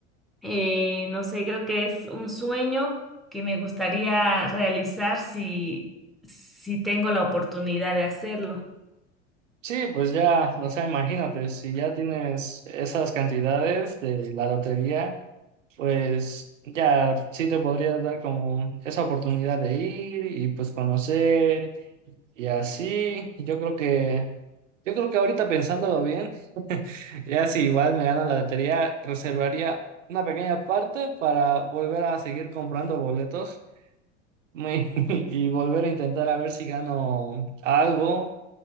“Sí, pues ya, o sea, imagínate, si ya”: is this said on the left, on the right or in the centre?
Right